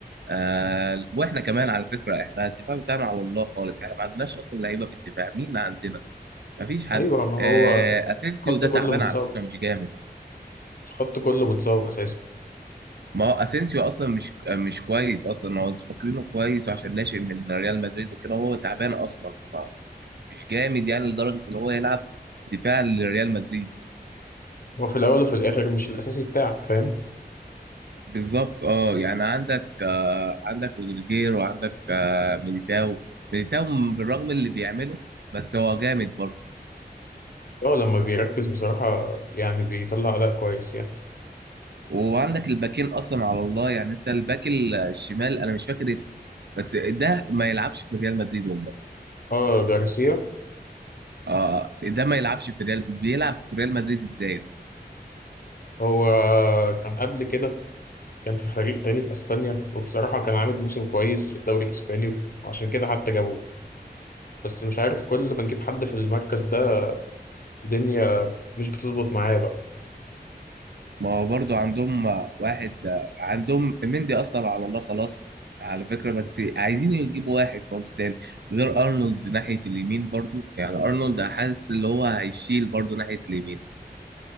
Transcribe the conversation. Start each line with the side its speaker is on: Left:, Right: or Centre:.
Right: آه، واحنا كمان على فكرة احنا الدفاع بتاعنا على الله خالص يعني ما عندناش أصلا لعيبة في الدفاع مين عندنا مفيش حد
Left: ايوه ما هو
Right: آه، اسينسيو
Left: خط
Right: ده
Left: كله
Right: تعبان
Left: متصاب
Right: على فكره مش جامد
Left: الخط كله متصاب اساسا
Right: ما هو اسينسيو اصلا مش مش كويس اصلا هو انتوا فاكرينه كويس عشان ناشئ من ريال مدريد وكده هو تعبان اصلا ما- مش جامد يعني لدرجه اللي هو يلعب دفاع لريال مدريد
Left: هو في الاول وفي الاخر مش الاساسي بتاعك فاهم
Right: بالظبط اه يعني عندك آه عندك رودريجير وعندك آه ميليتاو ميليتاو بالرغم اللي بيعمله بس هو جامد برضه
Left: هو لما بيركز بصراحه يعني بيطلع اداء كويس يعني
Right: وعندك الباكين اصلا على الله يعني انت الباك الشمال انا مش فاكر اسمه بس ده ما يلعبش في ريال مدريد والله
Left: اه جارسيا
Right: اه ده ما يلعبش في ريال بيلعب في ريال مدريد ازاي
Left: هو كان قبل كده كان في فريق تاني في اسبانيا وبصراحه كان عامل موسم كويس في الدوري الاسباني وعشان كده حتى جابوه بس مش عارف كل ما نجيب حد في المركز ده الدنيا مش بتظبط معاه بقى
Right: ما هو برضو عندهم آه، واحد آه، عندهم مندي اثر على الله خلاص على فكرة بس عايزين يجيبوا واحد برضو تاني غير ارنولد ناحية اليمين برضو يعني ارنولد حاسس اللي هو هيشيل برضو ناحية اليمين